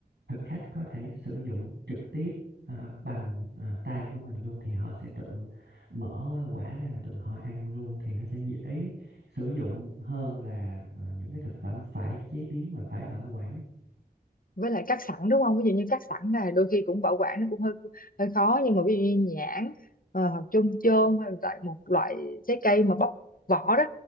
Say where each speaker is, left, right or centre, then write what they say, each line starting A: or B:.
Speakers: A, on the right (about 90°); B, on the left (about 55°).
A: thực khách có thể sử dụng trực tiếp à, bằng à, tay của mình luôn thì họ sẽ tự mở quả ra rồi tự họ ăn luôn thì nó sẽ dễ sử dụng hơn là à, những cái thực phẩm phải chế biến và phải bảo quản.
B: với lại cắt sẵn đúng không? Ví dụ như cắt sẵn này đôi khi cũng bảo quản nó cũng hơi hơi khó nhưng mà ví dụ như nhãn ờ, hoặc chôm chôm hay là một loại trái cây mà bóc vỏ đó